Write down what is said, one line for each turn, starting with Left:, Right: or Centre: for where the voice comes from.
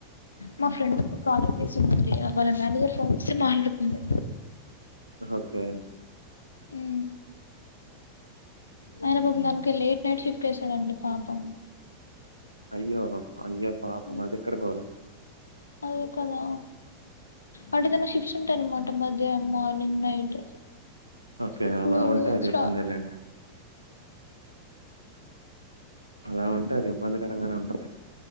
Left: మా ఫ్రెండ్స్ ఒక ప్రాజెక్ట్ జేస్తుందండి వాళ్ళ నలుగురు ఫోన్స్ తో మాట్లాడుతుంది
Right: ఓకే
Left: ఉమ్ అరె పాపం దానికి లేట్ నైట్ షిఫ్ట్ చేస్తదండి పాపం
Right: అయ్యో అయ్యో పాపమదేక్కడ
Left: ఉమ్.
Right: గోల
Left: అదే కదా అంటే తనక్ షిఫ్స్ ఉంటాయన్నమాట మధ్య, మార్నింగ్, నైట్
Right: ఓకే.
Left: ఇప్పుడూ
Right: అలా ఉంటే అది
Left: స్టా
Right: ఇబ్బందేలెండి. అలా ఉంటే అది ఇబ్బందికరంగానే ఉంటది